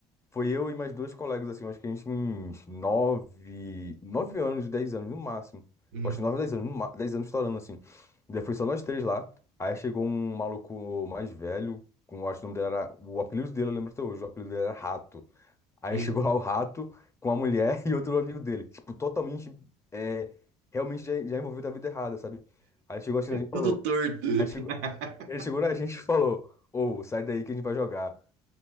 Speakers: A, on the left; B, on the right.
A: foi eu e mais dois colegas, assim, eu acho que a gente tinha uns nove, nove anos, dez anos no máximo.
B: Uhum.
A: Eu acho que nove, dez anos, no ma- dez anos estourando, assim. Daí foi só nós três lá. Aí chegou um maluco mais velho, com, eu acho que o nome dele era. O apelido dele, eu lembro até hoje, o apelido dele era Rato. Aí
B: uhum.
A: chegou lá o rato com a mulher <laughs> e outro amigo dele. Tipo, totalmente, é, realmente já, já envolvido na vida errada, sabe? Aí chegou assim, a gente falou.
B: Tudo torto. <laughs>
A: Aí chegou, ele chegou na <laughs> gente e falou: Ô, sai daí que a gente vai jogar.